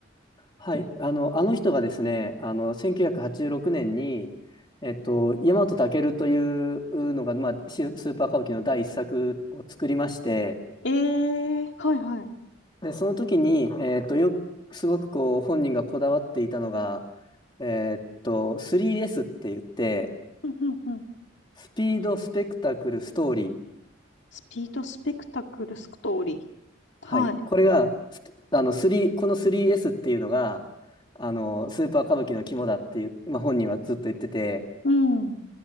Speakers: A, on the left (about 25°); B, on the left (about 65°).
A: はい。あの、あの人がですね、あの、1986年に、えっと、大和健というのが、まあ、シスーパー歌舞伎の第一作を作りまして、
B: ええ、はいはい。
A: で、その時に、えっと、よく、すごくこう、本人がこだわっていたのが、えっと、3S って言って、
B: うんうんうん
A: スピード、スペクタクル、ストーリー。
B: スピードスペクタクルストーリー。
A: はい。
B: はい。
A: これが、スあの、3、この 3S っていうのが、あの、スーパー歌舞伎の肝だっていう、まあ、本人はずっと言ってて、
B: うん。